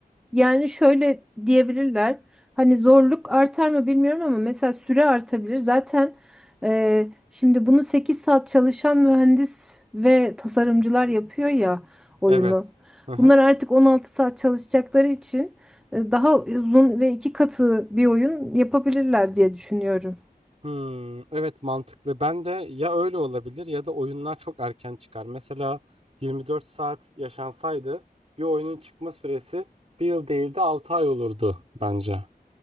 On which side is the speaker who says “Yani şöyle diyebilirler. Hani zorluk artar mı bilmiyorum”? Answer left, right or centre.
Centre